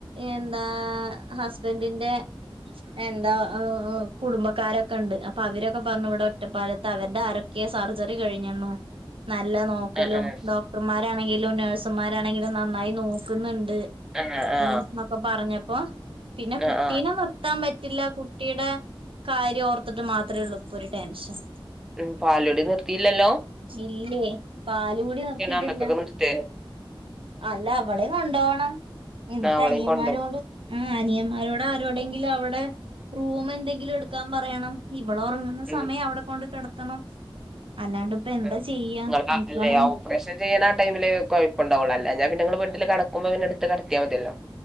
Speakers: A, on the right; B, in the centre.
A: എന്താ ഹസ്ബന്റിന്റെ എന്താ കുടുംബക്കാരൊക്കെണ്ട് അപ്പൊ അവരൊക്കെ പർഞ്ഞു ഇവിടെ ഒറ്റപ്പാലത്ത് അവര്ടെ ആര ക്കെ സർജറി കഴിഞ്ഞെന്നു നല്ല നോ ക്കലും
B: ആ ആ
A: ഡോക്ടർമാരാണെങ്കിലും നേഴ്‌സ്മ്മാരാണെങ്കിലും നന്നായി നോക്ക്ന്ന്ണ്ട്
B: ആ ആ
A: ന്നൊക്കെ പറഞ്ഞപ്പോ പിന്നെ
B: ആ
A: കുട്ടീനെ
B: ആ
A: നിർ ത്താൻ പറ്റില്ല കുട്ടീടെ കാര്യം ഓർത്തിട്ട് മാത്രേ ഒള്ളൂ ഇപ്പൊരു ടെൻഷൻ
B: ഉം പാലുടി നിർത്തീല്ലല്ലോ
A: ഇല്ലേ പാലുകുടി നിർത്തീട്ടില്ല
B: അന്നക്കൊക്കെ നിർത്തേ
A: അല്ല അവളേം കൊണ്ടോവണം ഇന്നട്ടനിയന്മാരോട്
B: അവളെയും കൊണ്ടോയി
A: ആഹ് അനിയന്മാരോട് ആരോടെങ്കിലും അവടെ റൂം എന്തെങ്കിലും എടുക്കാൻ പറയണം ഇവളൊറങ്ങ ന്ന
B: ഉം
A: സമയം അവിടെ കൊണ്ട് കെടത്തണം അല്ലാണ്ട് എന്താ
B: <unintelligible>
A: ചെയ്യാ എനിക്കാണെങ്കി
B: പ്രേഷം ചെയ്യ്ണാ ആ ടൈമില് കൊഴപ്പണ്ടാവൊള്ളൂ അല്ല ഞാ പിന്നെ ഇങ്ങള് ബെഡിൽ കടക്കുമ്പോ പിന്നെ ഇട്ത്ത് കടത്തിയാ മതിയല്ലോ.